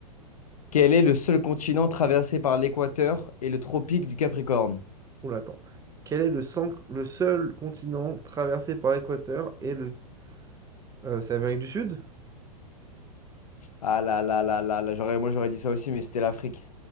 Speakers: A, on the left (about 65°); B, on the right (about 15°).
A: Quel est le seul continent traversé par l'équateur et le tropique du Capricorne?
B: on l'attend. Quel est le, sang- le seul continent traversé par l'équateur et le... euh, c'est l'Amérique du Sud?
A: Ah là là là là là, j'aurais, moi j'aurais dit ça aussi, mais c'était l'Afrique.